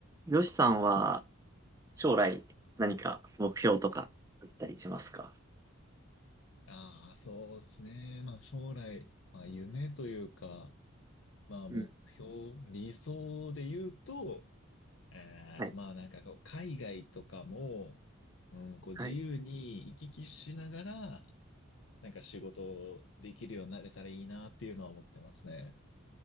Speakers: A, on the right; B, on the left.
A: よしさんは将来何か目標とかあったりしますか
B: ああ、そうですね。まあ将来、まあ夢というか、まあ目標、
A: うん。
B: 理想で言うと、えーと、
A: はい。
B: まあなんかこう、海外とかも、うん、こう自由に行き来しながら、
A: はい。
B: なんか仕事できるようになれたらいいなっていうのは思ってますね。